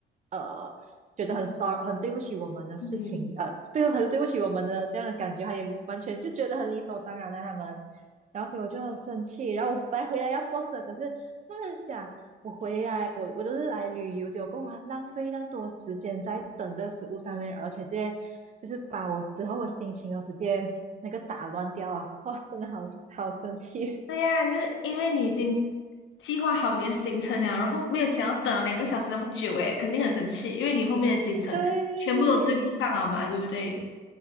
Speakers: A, on the right; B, on the left.
A: 呃，觉得很 sorry 很对不起我们的事情，
B: 嗯，
A: 呃，对，很对不起我们的这样的感觉，他也完全就觉得很理所当然的他们，然后所以我就很生气，然后我本来回来要 boss 的，可是他们想。我回来，我我都是来旅游，结果我还浪费那么多时间在等这个食物上面，而且这些就是把我之后的心情哦直接那个打乱掉啊！<laughs> 哇，真的好好生气。
B: 对呀，就是因为你已经计划好你的行程了，然后没有想要等了两个小时那么久，诶，肯定很生气，因为你后面的行程全部都对不上啊嘛，
A: <laughs> 对
B: 对不对？